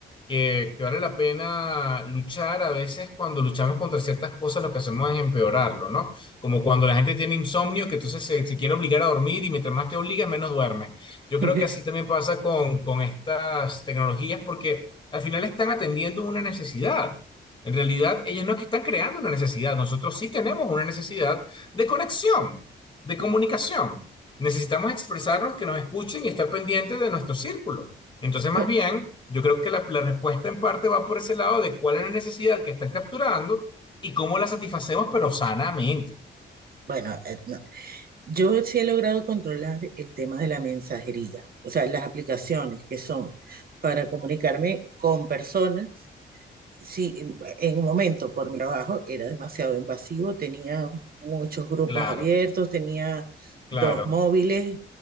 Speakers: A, on the left; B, on the right.
A: que, que vale la pena luchar. A veces cuando luchamos contra ciertas cosas, lo que hacemos es empeorarlo, ¿no? Como cuando la gente tiene insomnio, que entonces se, se quiere obligar a dormir y mientras más te obliga menos duerme. Yo
B: <laughs>
A: creo que así también pasa con, con estas tecnologías, porque al final están atendiendo una necesidad. En realidad, ellos no es que están creando una necesidad, nosotros sí tenemos una necesidad de conexión, de comunicación. Necesitamos expresarnos, que nos escuchen y estar pendientes de nuestro círculo. Entonces, más
B: Bueno,
A: bien, yo creo que la, la respuesta en parte va por ese lado de cuál es la necesidad que están capturando y cómo la satisfacemos, pero sanamente.
B: bueno, eh, no, Yo sí he logrado controlar el tema de la mensajería, o sea, las aplicaciones que son para comunicarme con personas. Sí, en- en un momento por mi trabajo era demasiado invasivo, tenía muchos grupos
A: Claro,
B: abiertos, tenía
A: claro,
B: dos móviles